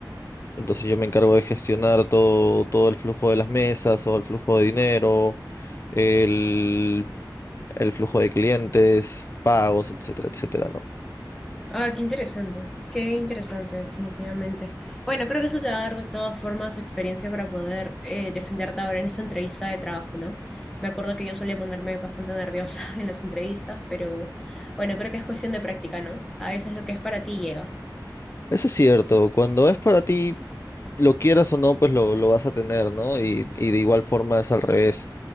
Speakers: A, on the left (about 40°); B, in the centre.
A: Entonces yo me encargo de gestionar todo, todo el flujo de las mesas, o el flujo de dinero, el, el flujo de clientes, pagos, etcétera, etcétera, ¿no?
B: Ah, qué interesante, qué interesante, definitivamente. Bueno, creo que eso te va a dar de todas formas experiencia para poder eh, defenderte ahora en esa entrevista de trabajo, ¿no? Me acuerdo que yo solía ponerme bastante nerviosa <laughs> en las entrevistas, pero bueno, creo que es cuestión de práctica, ¿no? A veces lo que es para ti llega.
A: Eso es cierto, cuando es para ti, lo quieras o no, pues lo, lo vas a tener, ¿no? Y, y de igual forma es al revés.